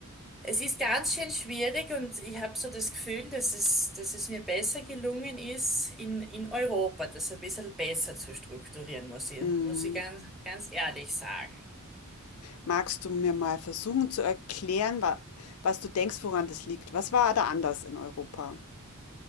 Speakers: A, in the centre; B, on the left.
A: es ist ganz schön schwierig und ich habe so das Gefühl, dass es, dass es mir besser gelungen ist, in, in Europa das ein bisschen besser zu strukturieren, muss ich,
B: mm.
A: muss ich ganz, ganz ehrlich sagen.
B: Magst du mir mal versuchen zu erklären, wa was du denkst, woran das liegt? Was war da anders in Europa?